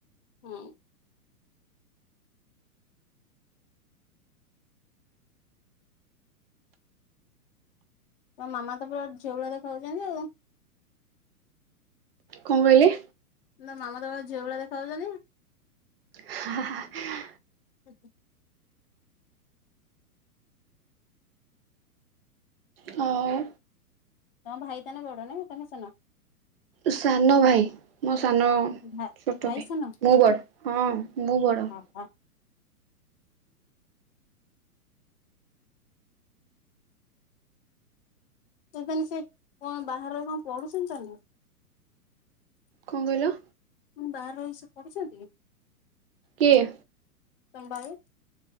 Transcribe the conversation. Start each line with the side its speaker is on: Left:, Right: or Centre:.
Left: ହୁଁ। ତ ମାମା ତ ପୁରା ଝିଅଳା ଦେଖାହୋଉଚନ୍ତି ଆଉ।
Right: କଣ କହିଲେ?
Left: ନା ମାମା ତ ବା ଝିଅ ଭଳିଆ ଦେଖା ଯାଉଚନ୍ତିି।
Right: ହା-ହା-ହା
Left: ଆ।
Right: ହଉ।
Left: ତମ ଭାଇ ତାନେ ବଡ ନାଇ ତମେ ସାନ।
Right: ସାନ ଭାଇ ମୋ ସାନ
Left: ଭା
Right: ଛୋଟ ଭାଇ
Left: ସାନ
Right: ମୁଁ ବଡ ହଁ ମୁଁ ବଡ।
Left: ହଁ। ତେବେନ୍ ସେ କଁ ବାହାର ରହି କଣ ପଢୁଚନ୍ତି ତାନେ?
Right: କଁ କହିଲ?
Left: ଉମ୍ ବାହାର ରହି ସେ ପଢୁଛନ୍ତି କି?
Right: କିଏ?
Left: ତମ୍ ବାଇ।